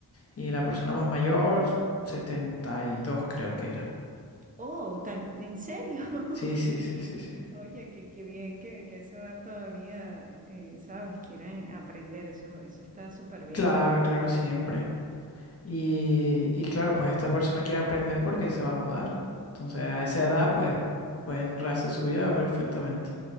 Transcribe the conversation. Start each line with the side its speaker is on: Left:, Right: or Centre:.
Left: y la persona más mayor 72 creo que era.
Right: Oh, tan, ¿en serio? <laughs>
Left: Sí, sí, sí, sí, sí.
Right: Oye, qué, qué bien que, que a esa edad todavía, eh, sabes, quieran aprender, eso, eso está súper bien.
Left: Claro, claro, siempre. Y, y claro, pues esta persona quiere aprender porque se va a mudar. Entonces, a esa edad, pues pueden rehacer su vida perfectamente.